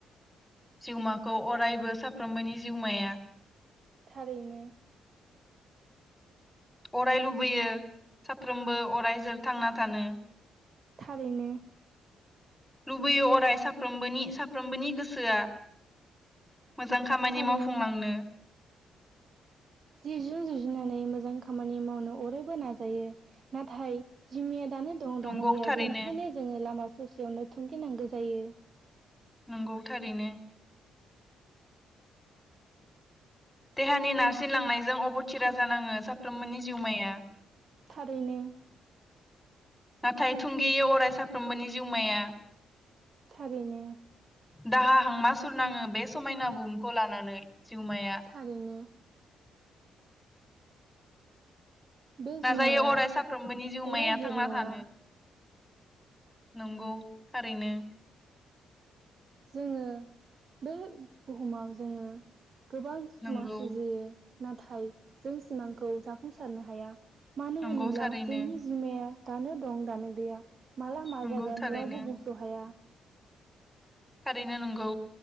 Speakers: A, in the centre; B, on the right.
A: जिउमाखौ अरायबो साफ्रोमबोनि जिउमाया।
B: थारैनो
A: अराय लुबैयो साफ्रोमबो अराय जोर थांना थानो
B: थारैनो
A: लुबैयो अराय साफ्रोमबोनि-साफ्रोमबोनि गोसोआ मोजां खामानि
B: थारैनो
A: मावफुंलांनो
B: जि जु जुजिनानै मोजां खामानि मावनो अरायबो नाजायो। नाथाय जिमाया दानो दं
A: नंगौ
B: दानो गैया
A: थारैनो
B: बेनिखायनो जोङो लामा ससेयावनो थुंगिनांगौ जायो।
A: नंगौ थारैनो देहानि नारसिनलांनायजों अबथिरा जानाङो साफ्रोमबोनि जिउमाया
B: थारैनो
A: नाथाय थुंगेयो अराय साफ्रोमबोनि जिउमाया
B: थारैनो
A: दाहा हांमा सुरनाङो बे समायना बुहुमखौ लानानै जिउमाया
B: थारैनो बे
A: नाजायो
B: जिउमाया
A: अराय साफ्रोमबोनि जिउमाया
B: अरायजोर
A: थांना
B: नङा
A: थानो नंगौ थारैनो
B: जोंङो बै बुहुमाव जोंङो गोबां सिमां
A: नंगौ
B: सुजियो। नाथाय जों सिमांखौ जाफुंसारनो हाया। मानो
A: नंगौ
B: होनोब्ला
A: थारैनो
B: जोंनि जिमाया दानो दं दानो गैया। माला मा
A: नंगौ
B: जागोन
A: थारैनो
B: रावबो बुंस' हाया।
A: थारैनो नंगौ